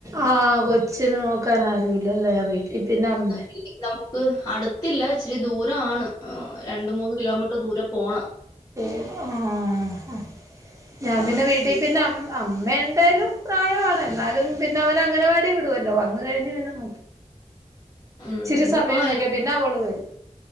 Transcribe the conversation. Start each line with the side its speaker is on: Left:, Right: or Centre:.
Right: ആഹ് കൊച്ചിനെ നോക്കാൻ ആരുല്ലല്ലേ വീട്ടിൽ പിന്നെ അമ്മേ
Left: <inaudible> ഹ് അടുത്തില്ല ഇച്ചിരി ദൂരാണ് രണ്ട് മൂന്ന് കിലോമീറ്റർ ദൂരെ പോണം.
Right: <unintelligible> ആഹ് ഞാൻ
Left: അതാണ്.
Right: പിന്നെ വീട്ടീ
Left: വീട്ടാ.
Right: പിന്നെ അമ് അമ്മ എന്തേലും പ്രായമാണ് എന്നാലും പിന്നെ അവന അങ്ങനവാടി വിടുവല്ലോ വന്ന് കഴിഞ്ഞ് പിന്നെ നോക്കി
Left: ഉം.
Right: ചിരി
Left: ഇതിപ്പോ
Right: സമയം നോക്കിയാ പിന്നെ അവള് വരും